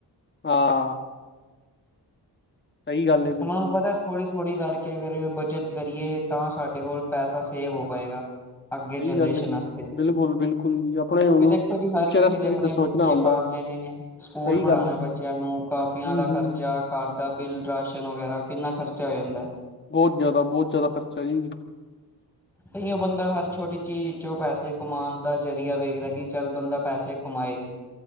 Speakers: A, on the left (about 25°); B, in the centre.
A: ਹਾਂ। ਸਹੀ ਗੱਲ ਹੈ ਬਿਲਕੁਲ
B: ਓਨਾਂ ਨੂੰ ਪਤਾ
A: ਜੀ
B: ਥੋੜ੍ਹੀ-ਥੋੜ੍ਹੀ ਕਰਕੇ ਅਗਰ ਬੱਚਤ ਕਰੀਏ, ਤਾਂ ਸਾਡੇ ਕੋਲ ਪੈਸਾ ਸੇਵ ਹੋ ਪਾਏਗਾ। ਅੱਗੇ
A: ਸਹੀ
B: ਜਨਰੇਸ਼ਨ
A: ਗੱਲ ਹੈ ਜੀ
B: ਵਾਸਤੇ,
A: ਬਿਲਕੁਲ ਬਿਲਕੁਲ ਜੀ ਆਪਣੇ
B: ਕਿਉਂਕਿ
A: ਉਹਨੂੰ
B: ਦੇਖੋ ਜੀ
A: ਫਿਊਚਰ
B: ਹਰ ਕਿਸੇ
A: ਵਾਸਤੇ
B: ਨੇ ਅਪਨੇ
A: ਵੀ ਤਾਂ ਸੋਚਣਾ
B: ਬੱਚੇ
A: ਹੁੰਦਾ
B: ਪਾਲਨੇ ਨੇ। ਸਕੂਲ
A: ਸਹੀ
B: ਪੜ੍ਹਾਣਾ
A: ਗੱਲ ਹੈ ਜੀ
B: ਬੱਚਿਆਂ ਨੂੰ, ਕਾਪੀਆਂ
A: ਹੂੰ
B: ਦਾ
A: ਹੂੰ
B: ਖ਼ਰਚਾ ਘਰ ਦਾ ਬਿੱਲ, ਰਾਸ਼ਨ ਵਗੈਰਾ ਕਿੰਨਾ ਖਰਚਾ ਹੋ ਜਾਂਦਾ।
A: ਬੋਤ ਜਾਦਾ, ਬੋਤ ਜਾਦਾ ਖਰਚਾ ਜੀ।
B: ਤਾਂਹੀਓਂ ਬੰਦਾ ਹਰ ਛੋਟੀ ਚੀਜ਼ 'ਚੋਂ ਪੈਸੇ ਕਮਾਨਦਾ ਜ਼ਰੀਆ ਵੇਖਦਾ, ਕਿ ਚੱਲ ਬੰਦਾ ਪੈਸੇ ਕਮਾਏ।